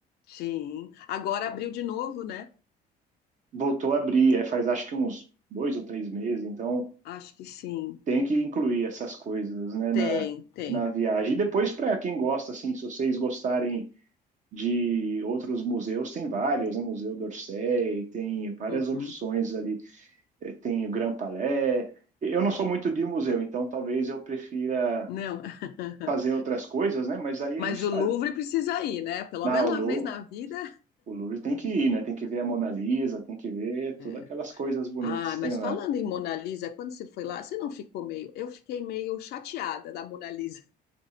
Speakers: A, on the left; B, on the right.
A: Sim. Agora abriu de novo, né?
B: voltou a abrir, é, faz acho que uns dois ou três meses, então
A: Acho que sim.
B: tem que incluir essas coisas, né,
A: Tem,
B: na,
A: tem.
B: na viagem. E depois, para quem gosta, assim, se vocês gostarem de outros museus, tem vários, né, Museu d'Orsay, tem várias
A: Uhum.
B: opções ali, eh, tem o Grand Palais. Eu não sou muito de museu, então talvez eu prefira
A: Não. <laughs>
B: fazer outras coisas, né, mas aí a
A: Mas
B: gente está
A: o Louvre precisa ir, né? Pelo
B: na
A: menos
B: o Lou-
A: uma vez na vida.
B: o Louvre tem que ir, né? Tem que ver a Mona Lisa, tem que ver
A: É.
B: todas aquelas coisas bonitas
A: Ah,
B: que
A: mas
B: tem lá.
A: falando em Mona Lisa, quando você foi lá, você não ficou meio. Eu fiquei meio chateada da Mona Lisa,